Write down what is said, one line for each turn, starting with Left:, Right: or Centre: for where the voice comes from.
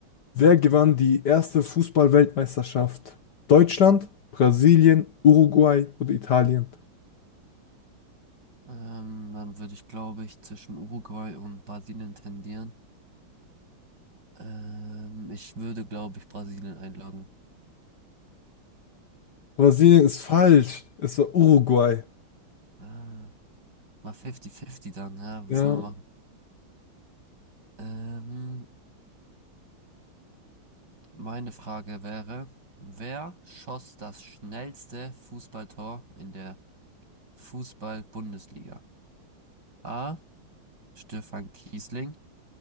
Left: wer gewann die erste Fußball-Weltmeisterschaft? Deutschland, Brasilien, Uruguay oder Italien?
Right: Ähm, dann würde ich, glaube ich, zwischen Uruguay und Brasilien tendieren. Ähm, ich würde, glaube ich, Brasilien einloggen.
Left: Brasilien ist falsch. Es war Uruguay.
Right: Ah, mal 50-50 dann, ja,
Left: Ja.
Right: was will man machen? Ähm, meine Frage wäre, wer schoss das schnellste Fußballtor in der Fußball-Bundesliga? A. Stefan Kiesling,